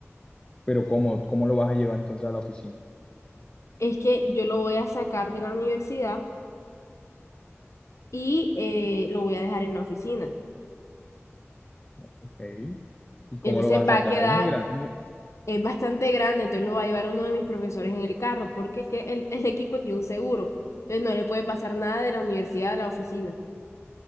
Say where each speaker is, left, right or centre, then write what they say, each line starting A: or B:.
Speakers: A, on the left (about 20°); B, on the left (about 80°).
A: Pero ¿cómo, cómo lo vas a llevar entonces a la oficina?
B: Es que yo lo voy a sacar de la universidad y eh, lo voy a dejar en la oficina.
A: Ok. ¿Y cómo
B: Entonces
A: lo vas
B: va
A: a
B: a
A: sacar?
B: quedar,
A: Es muy grande,
B: es bastante grande, entonces lo va a llevar uno de mis profesores en el carro, porque es que el, el equipo tiene un seguro. Entonces no le puede pasar nada de la universidad a la oficina,